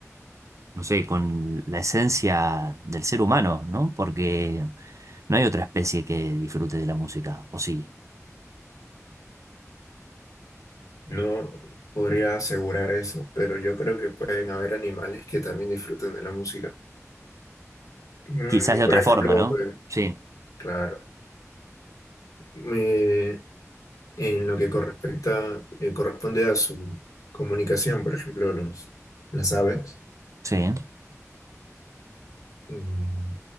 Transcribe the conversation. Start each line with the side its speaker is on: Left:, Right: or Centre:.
Right: no sé, con la esencia del ser humano, ¿no? Porque no hay otra especie que disfrute de la música, o sí.
Left: No podría asegurar eso, pero yo creo que pueden haber animales que también disfruten de la música. Mm,
Right: Quizás de otra
Left: por ejemplo,
Right: forma, ¿no?
Left: eh,
Right: Sí,
Left: claro, me- en lo que correspecta, eh, corresponde a su comunicación, por ejemplo, los, las aves.
Right: sí.
Left: mm,